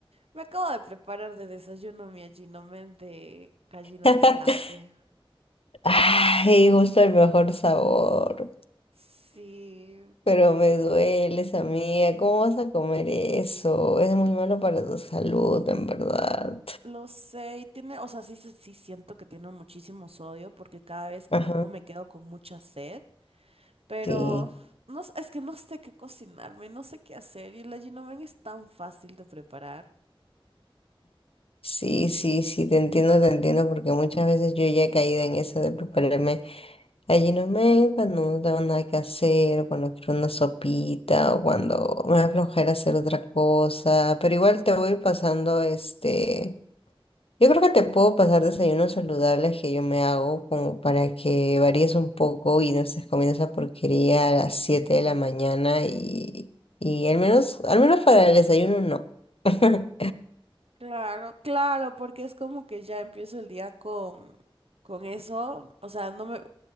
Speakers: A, on the right; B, on the left.
A: me acabo de preparar de desayuno mi allinomen de gallina
B: <laughs>
A: picante.
B: Ay, justo el mejor sabor,
A: Sí,
B: pero me dueles, amiga. ¿Cómo vas a comer eso? Es muy malo para tu salud, en verdad.
A: lo sé, y tiene, o sea, sí, sí sí siento que tiene muchísimo sodio porque cada vez que
B: Ajá.
A: como me quedo con mucha sed, pero
B: Sí,
A: no, s- es que no sé qué cocinarme, no sé qué hacer y el allinomen es tan fácil de preparar.
B: sí, sí, sí, te entiendo, te entiendo, porque muchas veces yo ya he caído en eso de prepararme. Allí no me, cuando no tengo nada que hacer, o cuando quiero una sopita, o cuando me da flojera hacer otra cosa, pero igual te voy pasando este. Yo creo que te puedo pasar desayunos saludables que yo me hago como para que varíes un poco y no estés comiendo esa porquería a las 7
A: <laughs>
B: de la mañana y, y
A: Ujú.
B: al menos, al menos para el desayuno no. <laughs>
A: Claro, claro, porque es como que ya empiezo el día con, con eso. O sea, no me,